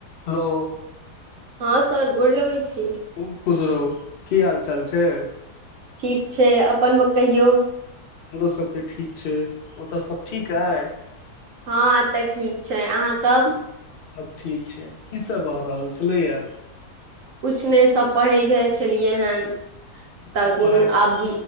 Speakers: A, on the left (about 80°); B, on the right (about 65°).
A: हलो
B: हां सर गोर लगैइ छी
A: खूब खुश रहु की हाल चाल छैइ
B: ठीक छै अपन कहियौ
A: हमरो सबके ठीक छैइ ओतय सब ठीक अइ
B: हँ तऽ ठीक छै अहाँ सब
A: सब ठीक छैइ की सब भऽ रहल छलैए
B: कुछ नई सब पढ़ैइ जाइ छलियै हन
A: अच्छा
B: तऽ
A: पढ़ाइ
B: आब